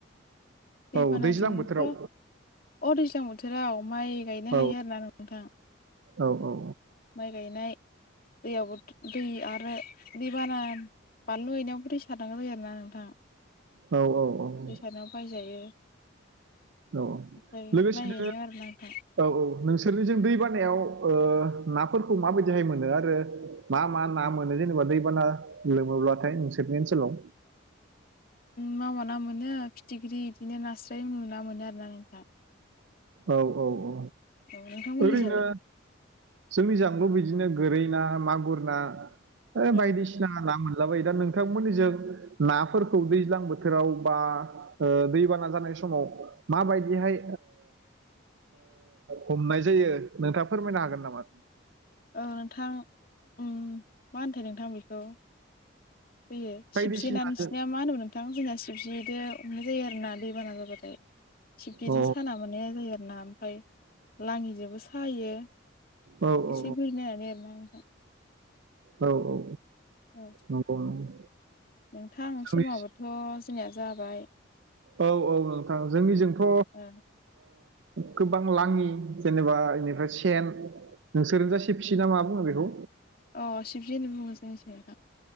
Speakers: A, on the left; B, on the right.
A: दैबानाजोंथ'
B: औ दैज्लां बोथोराव
A: अ दै्लां बोथोराव माइ गायनो
B: औ
A: हायो आरोोना नोंथां
B: औ औ औ
A: माइ गायनाय दैयावबो दै आरो दै बाना बानलु गनायावबो दै सारनांगौ जायो आरोना नोंथां
B: औ औ औ
A: दैसारनायाव बायजायो
B: औ
A: ओमफ्राय
B: लोगोसेनो
A: बायहैनायाव आरो ना नोंथां
B: औ औ नोंसोरनिजों दै बानायाव नाफोरखौ माबायदिहाय मोनो आरो मा मा ना मोनो जेनेबा दैबाना लोमोब्लाथाय नोंसोरनि ओनसोलाव
A: मावााना मोनो फिथिख्रि बिदिनो नास्राय नुना मोनो आर ना नोंथां
B: औ औ औ
A: औ नोंथांमोननिजालाय
B: ओरैनो जोंनिजाबो बिदिनो गोरै ना मागुर ना
A: औ
B: बायदिसिना बायसिना ना मोनला बायो दा नोंथांमोनिजों नाफोरखौ दैज्लां बोथोराव बा दैबाना जानाय समाव माबायदिहाय हमनाय जायो नोंथाङ फोरमायनो हागोन नामा
A: औ नोंथां उम मा होनथाय नोंथां बेखौ? बे
B: बायदिसिना
A: सिबसेना नोंसनिया
B: अ
A: मा होनोमोन नोंथां जोंना सिबसेदो हमनाय जायो आरोना दैबाना जाबाथाय। सिरखेजों
B: अ औ
A: साना मोननाय जायो आरोना ओमफाय लाङिजोंबो सायो।
B: औ औ
A: एसे ब <inaudible> होननानै आरोना नोंथां।
B: औ औ।
A: औ
B: नंगौ नंगौ
A: नोंथां
B: जोंनि
A: समाबोथ' जोंनिया जाबाय।
B: औ औ नोंथां जोंनिजोंथ'
A: ओ
B: गोबां लाङि जेनेबा बेनिफ्राय सेन नोंसोरो जा फिसि ना मा बुो बेखौ
A: अ सिबजि होन बुङो जोंनिथिं नोंथां